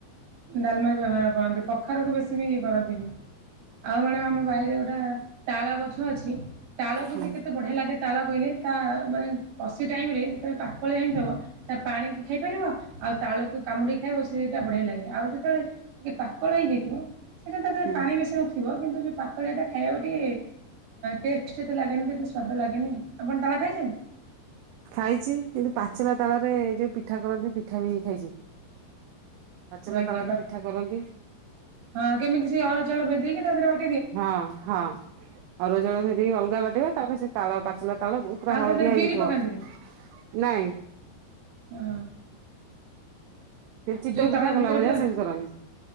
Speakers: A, on the right (about 65°); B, on the right (about 85°).
A: ଡାଲମାର ବ୍ୟବହାର କରନ୍ତି କଖାରୁକୁ ବେଶୀ ବି ଇଏ କରନ୍ତିନି। ଆଉ ମାନେ ଆମ ବାାଇରେ ଗୋଟା ତାଳ ଗଛ ଅଛି ତାଳକୁ
B: ହୁଁ
A: ବି କେତେ ବଢିଆ ଲାଗେ। ତାଳ କହିଲେ ତା ମାନେ କଶି ଟାଇମ ରେ ପାକଳ ହେଇଥିବ। ତା ପାଣିକି ଖାଇପାରିବ ଆଉ ତାଳକୁ କାମୁଡିି ଖାଇବ ସେଇଟା ବଢିଆ ଲାଗେ। ଆଉ ଯେତେବେଳେ ଟିକେ ପାକଳ ହେଇଯାଇଥିବ ସେଇଟା ତା ଦେହରେ
B: ହୁଁ
A: ପାଣି ବେଶୀ ନଥିବ। ଥିବ କିନ୍ତୁ ଯେଉଁ ପାଖଳିଆଟା ଖାଇବାକୁଟିେ। ଟେଷ୍ଟ କେତେ ଲାଗେନି କେତେ ସୁଆଦ ଲାଗେନି ଆପଣ ତାଳ ଖାଇଛନ୍ତି।
B: ଖାଇଛି କିନ୍ତୁ ପାଚିଲା ତାଳରେ ଯୋଉ ପିଠା କରନ୍ତି ପିଠା ବି ଖାଇଛି। ପାଚିଲା
A: ଆଜ୍ଞା
B: ତାଳରେ ପିଠା କରନ୍ତି
A: ହଁ କେମିତି ସେ ଅରୁଆଚାଉଳ ଭେଦେଇକି ତା ଦେହରେ ବା
B: ହଁ ହଁ ଅରୁଆ ଚାଉଳ ଭେଦେଇକି ଅଲଗା ବାଟିବା ତାପରେ ସେ ତାଳ ପାଚଲା ତାଳ <unintelligible>
A: ଆଉ
B: ହଳଦିଆ
A: ତା ଦେହରେ
B: ହେଇଯାଇଥିବ
A: ବିରି ପକାନ୍ତିନି
B: ନାଇଁ।
A: ହଁ।
B: ସେ ଚିତଉ
A: ଯୋଉ ତାଳ
B: ପିଠା
A: ଭିତରେ
B: କଲା ଭଳିଆ
A: ପୁରା
B: ସେମିତି କରନ୍ତି।